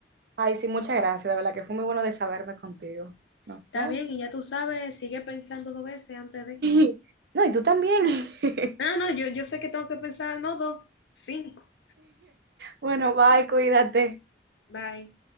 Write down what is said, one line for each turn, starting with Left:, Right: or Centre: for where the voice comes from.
Right: Ay, sí, muchas gracias, de verdad que fue muy bueno desahogarme contigo. Nos
Left: Está
Right: vemos.
Left: bien, y ya tú sabes, sigue pensando dos veces antes de...
Right: <laughs> No, y tú también. <laughs>
Left: Ah, no, yo, yo sé que tengo que pensar, no dos, cinco.
Right: Bueno, bye, cuídate.
Left: Bye.